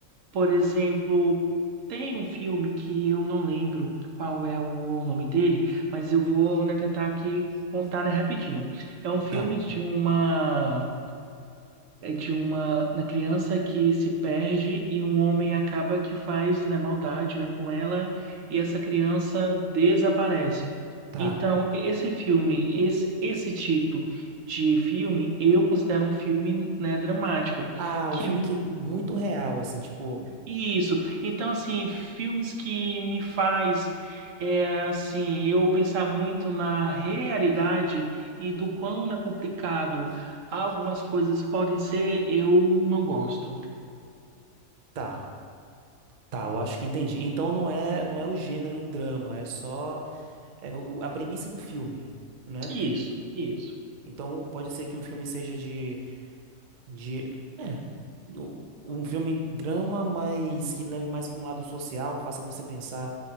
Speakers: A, on the right; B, on the right.
A: Por exemplo, tem um filme que eu não lembro qual é o nome dele, mas eu vou, né, tentar aqui contar, né, rapidinho. É um filme
B: Tá,
A: de uma é de uma, na criança que se perde e um homem acaba que faz, né, maldade, né, com ela e essa criança desaparece.
B: tá.
A: Então, esse filme, esse, esse tipo de filme, eu considero um filme, né, dramático
B: Ah,
A: que
B: um filme que muito real, assim, tipo,
A: isso. Então, assim, filmes que me faz, é, assim, eu pensar muito na realidade e do quão é complicado algumas coisas podem ser, eu não gosto.
B: tá, tá, eu acho que entendi. Então não é, não é o gênero drama, é só é o- a premissa do filme, né?
A: Isso, isso.
B: Então pode ser que um filme seja de, de, é, o- um filme drama, mas que leve mais para um lado social, faça você pensar